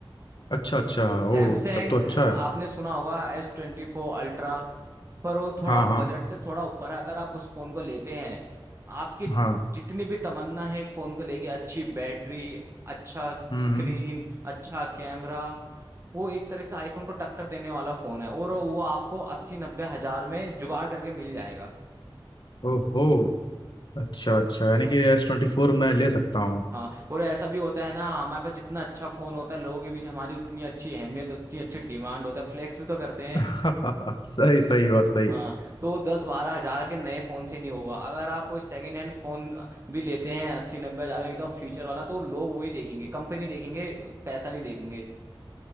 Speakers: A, on the left; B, on the right.
A: अच्छा अच्छा
B: सैमसंग
A: ओ तब तो अच्छा है
B: आपने सुना होगा एस ट्वेंटी फोर अल्ट्रा पर वो थोड़ा
A: हाँ हाँ
B: बजट से थोड़ा ऊपर है अगर आप उस फोन को लेते हैं आपकी
A: हाँ
B: जितनी भी तमन्ना है एक फोन को लेके अच्छी बैटरी अच्छा
A: हम्म
B: स्क्रीन
A: हम्म,
B: अच्छा कैमरा वो एक तरह से आईफोन को टक्कर देने वाला फोन है और वो आपको अस्सी नब्बे हजार में जुगाड़ करके मिल जाएगा
A: ओहो अच्छा अच्छा यानी कि एस ट्वेंटी फोर मैं ले सकता हूँ
B: हाँ और ऐसा भी होता है ना हमारे पास जितना अच्छा फोन होता है लोगों के बीच हमारी उतनी अच्छी अहमियत उतनी अच्छी डिमांड होता है फ्लेक्स भी तो करते हैं
A: <laughs> सही सही बात सही
B: हाँ तो दस बारह हजार के नए फोन से नहीं होगा अगर आप कोई सेकंड हैंड फोन भी लेते हैं अस्सी नब्बे हजार में एकदम फ्यूचर वाला तो लोग वही देखेंगे कंपनी देखेंगे पैसा नहीं देखेंगे